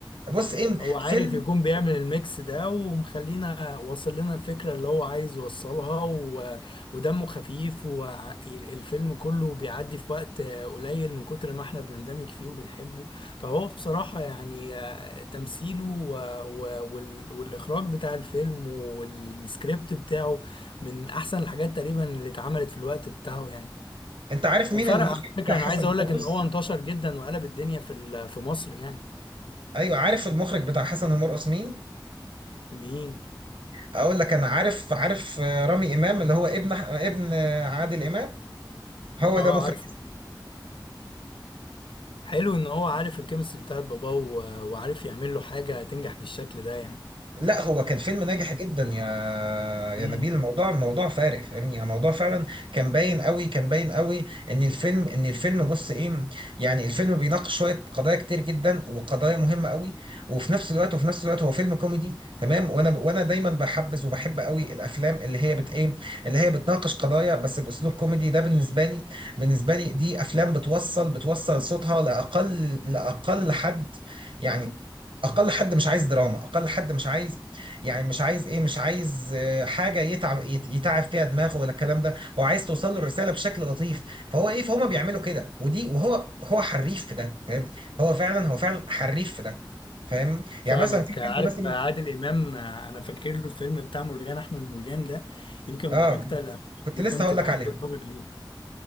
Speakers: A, on the right; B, on the left.
A: بص ايه
B: هو عارف
A: فيلم
B: يكون بيعمل الميكس ده ومخلينا واصل لنا الفكرة اللي هو عايز يوصلها و... ودمه خفيف والفيلم كله بيعدي في وقت قليل من كتر ما احنا بنندمج فيه وبنحبه فهو بصراحة يعني آه، تمثيله و... و... وال... والإخراج بتاع الفيلم والسكريبت بتاعه من أحسن الحاجات تقريبا اللي اتعملت في الوقت بتاعه يعني
A: انت عارف
B: وفرق
A: مين المخرج
B: على فكرة
A: بتاع
B: أنا
A: حسن
B: عايز أقول
A: ومرقص
B: لك إن هو انتشر جدا وقلب الدنيا في ال... في مصر يعني
A: ايوه عارف المخرج بتاع حسن ومرقص مين
B: مين؟
A: اقول لك انا عارف عارف آه، رامي امام اللي هو ابن أح- ابن آه، عادل امام هو
B: اه
A: ده مخرج
B: عارفه حلو ان هو عارف الكيمستري بتاعت باباه و- وعارف يعمل له حاجه تنجح بالشكل ده يعني
A: لا هو كان فيلم ناجح جدا يا يا
B: مم.
A: نبيل الموضوع موضوع فارق فاهمني يعني الموضوع فعلا كان باين قوي كان باين قوي ان الفيلم ان الفيلم بص ايه يعني الفيلم بيناقش شويه قضايا كتير جدا وقضايا مهمه قوي وفي نفس الوقت وفي نفس الوقت هو فيلم كوميدي تمام وانا ب... وانا دايما بحبذ وبحب قوي الافلام اللي هي بت ايه اللي هي بتناقش قضايا بس باسلوب كوميدي ده بالنسبه لي بالنسبه لي دي افلام بتوصل بتوصل صوتها لاقل لاقل حد يعني اقل حد مش عايز دراما اقل حد مش عايز يعني مش عايز ايه مش عايز آه، حاجه يتعب يت- يتعب فيها دماغه ولا الكلام ده هو عايز توصل له الرساله بشكل لطيف فهو ايه فهم بيعملوا كده ودي وهو هو حريف في ده فاهم هو فعلا هو فعلا حريف في ده فاهم
B: فاهمك
A: يعني مثلا في فيلم
B: عارف
A: مثلا
B: عادل امام انا فاكر له الفيلم بتاع مرجان احمد مرجان ده يمكن
A: اه
B: من اكتر الافلام
A: كنت
B: اللي
A: لسه
B: كنت
A: هقول
B: بحب
A: لك عليه
B: اتفرج عليها